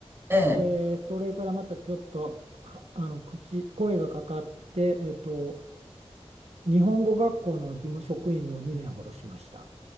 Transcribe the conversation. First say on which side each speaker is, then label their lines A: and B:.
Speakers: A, on the right; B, on the right.
A: ええ、ええ。
B: で、それからまたちょっとはあの口、声がかかって、えっと、日本語学校の事務職員を2年ほどしました。